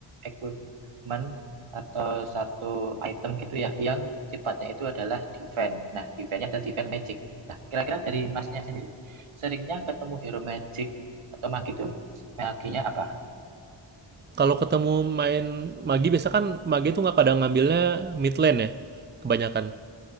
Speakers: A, on the right; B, on the right.
A: equipment atau satu item gitu ya yang sifatnya itu adalah defense. Nah, defense-nya adalah defense magic. Nah, kira-kira dari masnya sendiri seringnya ketemu hero magic atau maki itu maginya apa?
B: Kalau ketemu main Magi biasa kan Magi tuh nggak pada ngambilnya mid lane ya kebanyakan.